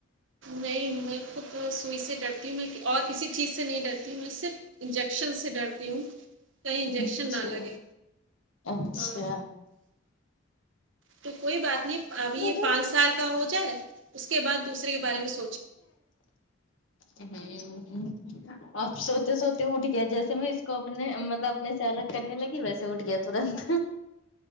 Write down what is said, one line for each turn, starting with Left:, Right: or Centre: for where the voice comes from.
Right: نہیں میں خود سوئی سے ڈرتی ہوں میں اور کسی چیز سے نہیں ڈرتی ہوں میں صرف انجیکشن سے ڈرتی ہوں کئی انجیکشن
Left: اچھا
Right: نہ لگے
Left: اچھا
Right: ہاں تو کوئی بات نہیں ابھی یہ
Left: ہوں
Right: پانچ سال کا ہو جائے اس کے بعد دوسرے کے بارے میں سو چھ
Left: اہوں ہوں آب سوتے سوتے اٹھ گیا جیسے میں اس کو اپنے مطلب اپنے سے الگ کرنے لگی ویسے اٹھ گیا ترنت